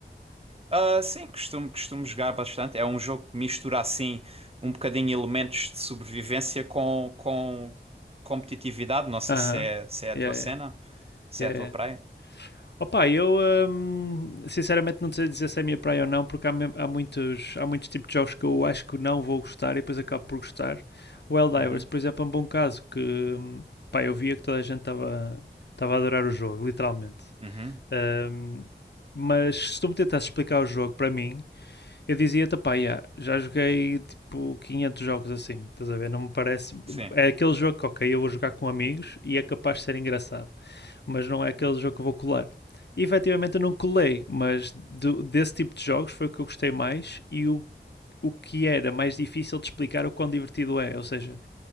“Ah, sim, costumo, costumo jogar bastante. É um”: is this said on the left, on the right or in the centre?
Right